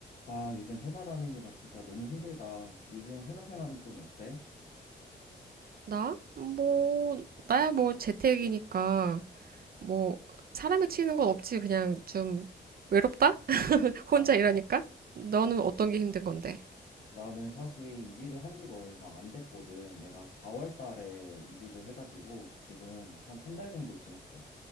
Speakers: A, on the left; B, on the right.
A: 아, 요즘 회사 다니느라 진짜 너무 힘들다. 요즘 회사 생활은 좀 어때?
B: 나? 뭐, 나야 뭐 재택이니까, 뭐, 사람에 치이는 건 없지. 그냥 좀 외롭다? <laughs> 혼자
A: 아,
B: 일하니까? 너는 어떤 게 힘든 건데?
A: 나는 사실 이직을 한 지가 얼마 안 됐거든. 내가 4월 달에 이직을 해가지고 지금 한 한 달 정도 지났어.